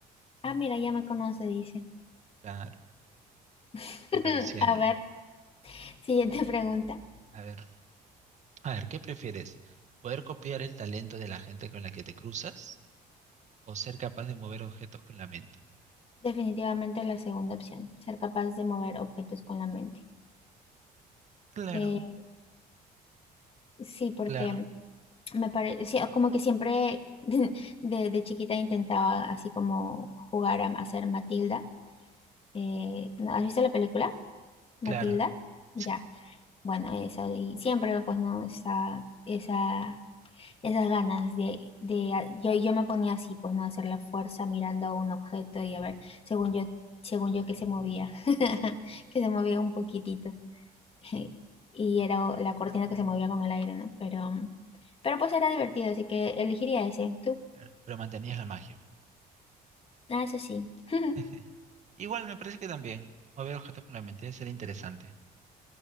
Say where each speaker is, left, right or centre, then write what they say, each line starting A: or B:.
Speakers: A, on the left; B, on the right.
A: Ah, mira, ya me conoce, dice.
B: Claro,
A: <laughs>
B: estoy conociendo
A: A ver,
B: ya.
A: siguiente pregunta.
B: A ver, a ver, ¿qué prefieres? ¿Poder copiar el talento de la gente con la que te cruzas o ser capaz de mover objetos con la mente?
A: Definitivamente la segunda opción, ser capaz de mover objetos con la mente.
B: Claro,
A: Eh, sí, porque
B: claro,
A: me parece, como que siempre <laughs> de, de chiquita intentaba así como jugar a hacer Matilda. Eh, ¿no? ¿has visto la película? Matilda.
B: claro, sí,
A: Ya, bueno, eso, y siempre pues no, esa, esa esas ganas de, de yo, yo me ponía así, pues no hacer la fuerza mirando a un objeto y a ver, según yo, según yo que se movía, <laughs> que se movía un poquitito. <laughs> Y era o- la cortina que se movía con el aire, ¿no? Pero, pero pues era divertido, así que elegiría ese. ¿Tú?
B: claro, pero mantenías la magia.
A: Ah, eso sí. <laughs>
B: <laughs> Igual me parece que también mover objetos con la mente debe ser interesante,